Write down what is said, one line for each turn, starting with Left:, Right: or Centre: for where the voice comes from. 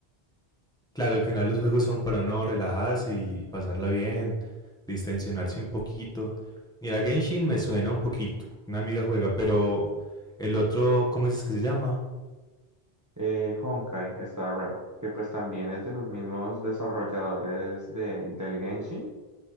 Centre: Claro, al final los juegos son para uno relajarse y pasarla bien, distensionarse un poquito. Mira, Genshin me suena un poquito, una amiga juega, pero el otro, ¿cómo dices que se llama?
Right: Eh, Honkai Star Rail, que pues también es de los mismos desarrolladores de, del Genshin